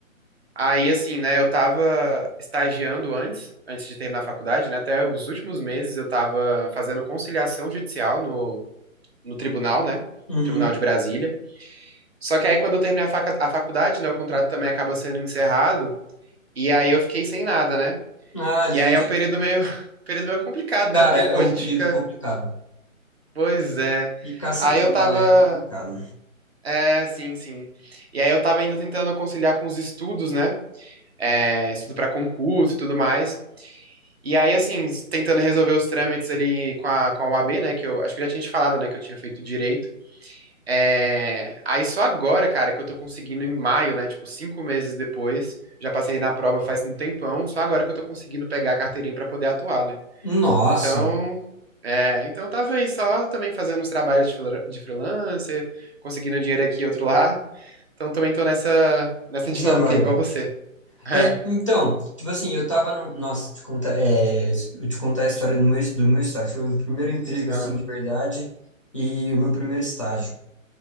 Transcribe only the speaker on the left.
uhum.
Ah, eles
não
querem.
Cara,
é
um
período
complicado.
Ficar sem
trabalhar
é complicado.
Nossa,
essa
vibe.
É, então, tipo assim, eu tava no. Nossa, te contar, é, eu te contar a história do meu, do meu estágio. Foi o primeiro emprego,
assim, de verdade, e o meu primeiro estágio.